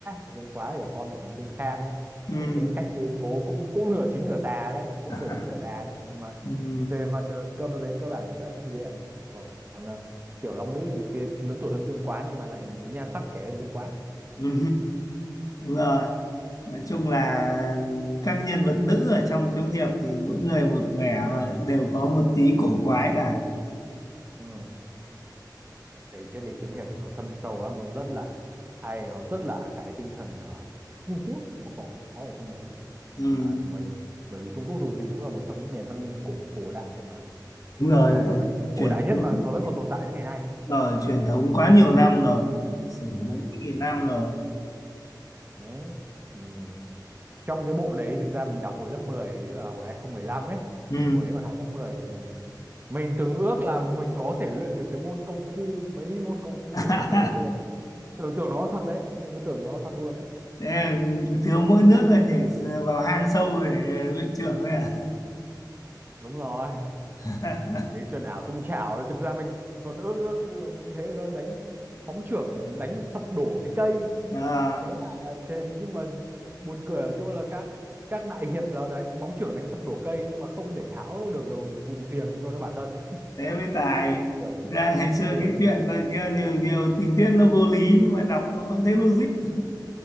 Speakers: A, on the right; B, on the left.
A: Dương quá thì là con của ông Dương Khang ấy
B: Ừ.
A: cũng tính cách như bố cũng cũng nửa chính nửa tà đấy cũng
B: <laughs>
A: nửa chính nửa tà đấy nhưng mà
B: Ừ.
A: về mặt ờ, cơ về cơ bản thì vẫn là chính diện còn ờ, Tiểu Long nữ thì tuyệt lớn tuổi hơn Dương Quá nhưng mà lại nhan sắc trẻ hơn Dương Quá
B: Ừ, đúng rồi nói chung là các nhân vật nữ ở trong kiếm hiệp thì mỗi người một vẻ và đều có một tí cổ quái cả
A: ừ. thấy triết lý kiếm hiệp thì nó thâm sâu lắm nó rất là hay nó rất là cái tinh thần ờ, Trung Quốc nó có, có ở trong đấy
B: ừ,
A: mà mình bởi vì Trung Quốc dù gì cũng là một trong những nền văn minh cổ cổ đại mà
B: đúng
A: nó
B: rồi
A: gọi là
B: truyền
A: cổ đại nhất
B: thống
A: mà, mà vẫn còn tồn tại đến ngày nay ấy.
B: rồi truyền thống quá nhiều năm rồi lịch sử
A: ừ.
B: bốn mươi nghìn năm rồi
A: đấy ừ. trong cái bộ đấy thực ra mình đọc hồi lớp mười tức là hồi hai không một lăm ấy
B: ừ.
A: hồi đấy còn học lớp 10 thì mình mình từng ước là mình có thể luyện được cái môn công phu mấy môn công phu
B: <laughs>
A: ở trong đấy luôn tưởng tưởng nó thật đấy mình cứ tưởng nó thật luôn đấy
B: Thế thiếu mỗi nước là nhảy vào hang sâu để luyện trưởng thôi à,
A: đúng rồi
B: <laughs>
A: cái chuyện ảo tung chảo ấy, thực ra mình còn ước ước là như thế cơ đánh phóng chưởng đánh sập đổ cái cây
B: à
A: thế mà thế nhưng mà buồn cười ở chỗ là các các đại hiệp là đánh phóng trưởng đánh sập đổ cây nhưng mà không để tháo được gầu gùm xiềng cho cho bản thân
B: thế mới tài
A: thấy buồn cười
B: ra ngày
A: buồn
B: xưa
A: cười
B: cái chuyện là kia nhiều, nhiều tình tiết nó vô lý nhưng mà đọc nó vẫn thấy logic